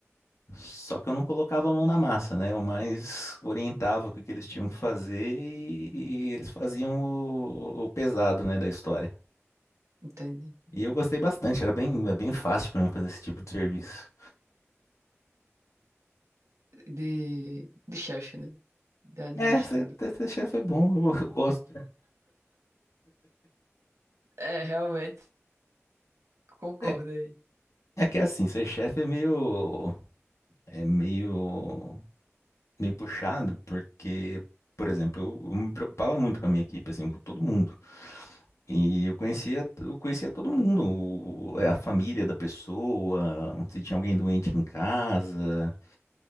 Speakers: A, on the left; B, on the right.
A: Só que eu não colocava a mão na massa, né? Eu mais orientava o que que eles tinham que fazer e, e eles faziam o, o pesado, né, da história.
B: entendi.
A: E eu gostei bastante, era bem, é bem fácil para mim fazer esse tipo de serviço.
B: De, de chefe, né? De administrador.
A: É, ser, ter- ser chefe é bom, eu, <laughs> eu gosto.
B: É, realmente, concordo
A: É,
B: aí.
A: é que assim, ser chefe é meio, é meio, meio puxado, porque, por exemplo, eu, eu me preocupava muito com a minha equipe, assim, com todo mundo. E eu conhecia, eu conhecia todo mundo, o- é, a família da pessoa, se tinha alguém doente em casa.